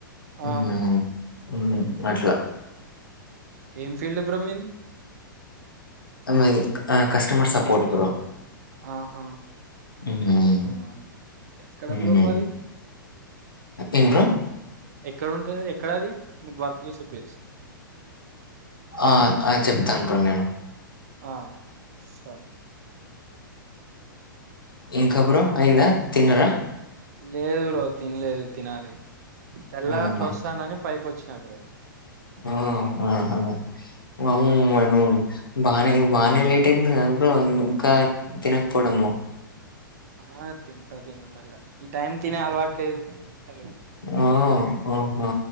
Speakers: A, on the left; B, on the right.
A: ఉమ్
B: ఆ
A: ఉమ్ అట్లా
B: ఏం ఫీల్డ్ బ్రో మీది
A: ఉమ్ మీది కస్టమర్స్ సపోటు ఇప్పుడు
B: ఆహా
A: మ్మ్.
B: అవునా ఎక్కడ
A: మ్మ్.
B: బ్రో పాది
A: ఏం
B: ఎక్కడ ఉంటది ఎక్కడ అది మీరు వర్క్ జేసే ప్లేస్
A: ఆ ఆ చెప్తాన్ బ్రో నేను
B: ఆ సరే
A: ఇంక బ్రో అయిందా తిన్నరా
B: లేదు బ్రో తినలేదు తినాలి తెల్ల
A: ఆహా
B: అట్ల వస్తుందని పైకి వచ్చినా బ్రో
A: ఆ అహ మమ్ బానే బానే లేట్ అయిందిగ బ్రో ఇంకా తినకపోవడము
B: ఆ తింటా తింట మళ్ళా ఈ టైం తినే అలవాటు లేదు హలో
A: ఓ ఓహో